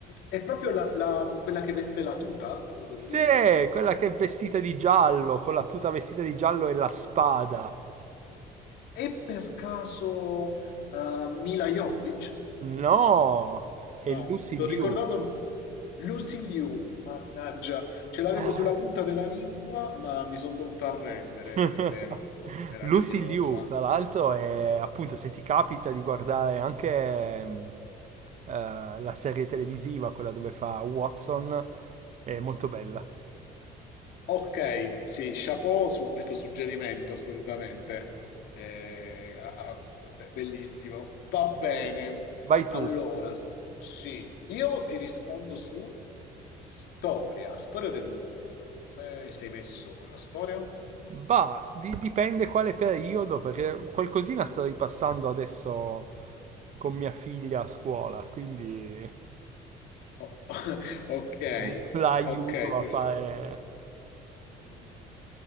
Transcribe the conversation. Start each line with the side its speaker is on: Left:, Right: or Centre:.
Left: è proprio la- la- quella che veste la tuta, la protagonista?
Right: Sì, quella che è vestita di giallo, con la tuta vestita di giallo e la spada.
Left: È per caso eh, Mila Jovovich?
Right: No, è
Left: No,
Right: Lucy
Left: sto
Right: Liu.
Left: ricordando Lucy Liu, mannaggia, ce l'avevo
Right: Ah.
Left: sulla punta della lingua, ma mi sono dovuto arrendere,
Right: <laughs>
Left: è vero, no, meravigliosa.
Right: Lucy Liu, tra l'altro, è appunto se ti capita di guardare anche mh, eh, la serie televisiva, quella dove fa Watson, è molto bella.
Left: Ok, sì, chapeau su questo suggerimento, assolutamente. Eh, ah, ah, be- bellissimo. Va bene.
Right: Vai
Left: Allora,
Right: tu.
Left: sì, io ti rispondo su storia, storia del mondo. Come sei messo con la storia?
Right: Bah, di- dipende quale periodo, perché qualcosina sto ripassando adesso con mia figlia a scuola, quindi
Left: O- <laughs> Ok,
Right: <laughs> la aiuto
Left: ok,
Right: a
Left: perfetto.
Right: fare...
Left: Mm, mm, mm.